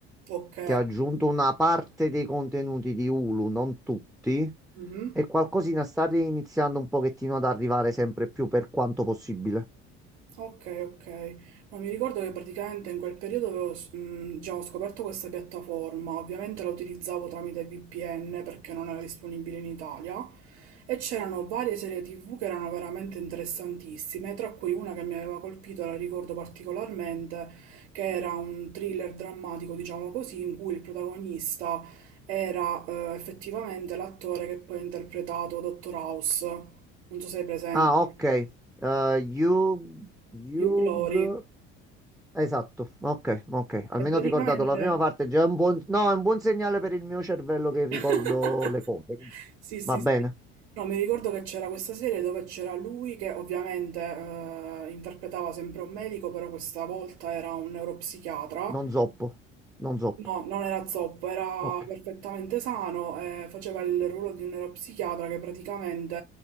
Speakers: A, on the right; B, in the centre.
A: Ok.
B: che ha aggiunto una parte dei contenuti di Hulu, non tutti,
A: Mhm.
B: e qualcosina sta iniziando un pochettino ad arrivare sempre più per quanto possibile.
A: Ok, ok. No, mi ricordo che praticamente in quel periodo avevo, s- mh, già ho scoperto questa piattaforma, ovviamente la utilizzavo tramite VPN perché non era disponibile in Italia e c'erano varie serie TV che erano veramente interessantissime, tra cui una che mi aveva colpito, la ricordo particolarmente, che era un thriller drammatico, diciamo così, in cui il protagonista era eh, effettivamente l'attore che poi ha interpretato Dottor House, non so se è presente,
B: Ah, ok. Eh, Yug, Yug-
A: Hugh Glory.
B: Esatto, ok, ok. Almeno
A: E praticamente...
B: ho ricordato la prima parte, già è un buon... No, è un buon segnale per il mio cervello che ricordo
A: <laughs>
B: le cose.
A: Sì, sì,
B: Va bene,
A: sì. No, mi ricordo che c'era questa serie dove c'era lui che ovviamente eh, interpretava sempre un medico, però questa volta era un neuropsichiatra
B: non zoppo, non zoppo.
A: No, non era zoppo, era
B: Ok,
A: perfettamente sano, eh, faceva il ruolo di un neuropsichiatra che praticamente